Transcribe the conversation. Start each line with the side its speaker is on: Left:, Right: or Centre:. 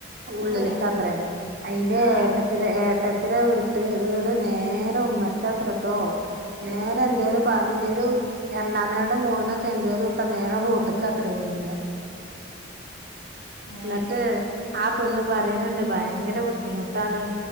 Right: ഉള്ളിൽക്ക
Left: ആ
Right: അത്രേ അതിന്റെ
Left: ആ
Right: ഏട്ട ഏട്ടത്തിരെ വീട്ട് വീട് നേരെ ഉമ്മരത്താത്രട്ടോ നേരെ
Left: ആ
Right: എന്തേലും പ <unintelligible> രണ്ടാം നേടെ മോൾന്നൊക്കെ എന്തേലും ഇട്ട നേരെ റോട്ട്ക്ക് അത്ര വീഴ്
Left: ഏ
Right: ന്നട്ട് ആ പെണ്ണ് പറയുന്നുണ്ട് ഭയങ്കര ബുദ്ധിമുട്ടാണ്